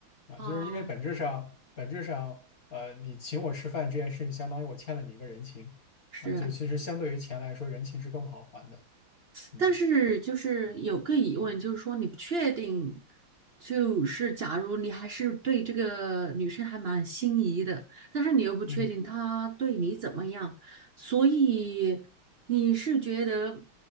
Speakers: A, on the left; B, on the right.
A: 啊，
B: 哦，
A: 就是因为本质上本质上呃你请我吃饭这件事情，相当于我欠了你一个人情啊，
B: 是。
A: 就其实相对于钱来说，人情是更不好还的，嗯
B: 但是就是有个疑问，就是说你不确定，就是假如你还是对这个女生还蛮心仪的，但是你又不确定她对你怎么样，
A: 嗯
B: 所以你是觉得